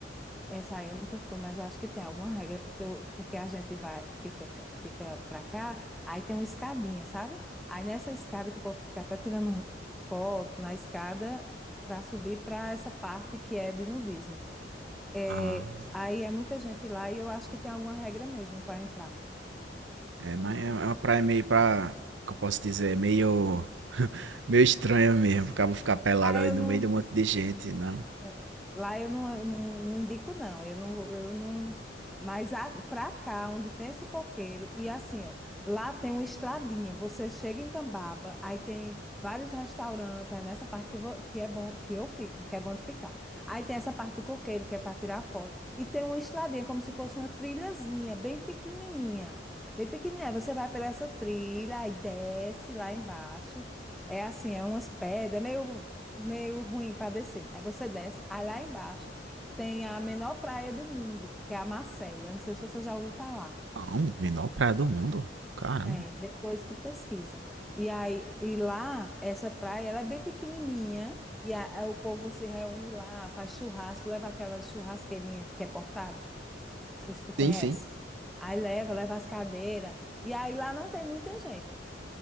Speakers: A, in the centre; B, on the right.
A: Essa aí eu nunca fui, mas eu acho que tem alguma regra, porque, eu- porque a gente vai, fica, fica pra cá, aí tem uma escadinha, sabe? Aí nessa escada que eu posso ficar até tirando foto na escada para subir para essa parte que é de nudismo. É,
B: Ah,
A: aí é muita gente lá e eu acho que tem alguma regra mesmo para entrar.
B: é, mas é é uma praia meio pra, que eu posso dizer, é meio, <laughs> meio estranha mesmo. Acaba ficar pelado
A: Ah,
B: ali
A: eu
B: no
A: não.
B: meio de um monte de gente, não.
A: É, Lá eu não, eu não, não indico, não. Eu não, eu não. Mas a- pra cá, onde tem esse coqueiro, e assim, ó, lá tem uma estradinha. Você chega em Tambaba, aí tem vários restaurantes, aí nessa parte que, vo- que é bom, que eu fico, que é bom de ficar. Aí tem essa parte do coqueiro, que é para tirar foto. E tem uma estradinha, como se fosse uma trilhazinha, bem pequenininha. Bem pequenininha. Você vai pela essa trilha, aí desce lá embaixo. É assim, é umas pedras, é meio meio ruim para descer. Aí você desce, aí lá embaixo tem a menor praia do mundo, que é a Marcélia. Eu Não sei se você já ouviu falar.
B: Não, menor praia do mundo. Caramba.
A: É. Depois tu pesquisa. E aí, e lá, essa praia, ela é bem pequenininha, e a- a- o povo se reúne lá, faz churrasco, leva aquela churrasqueirinha que é portátil, não sei se tu conhece.
B: Sim, sim.
A: Aí leva, leva as cadeiras, e aí lá não tem muita gente.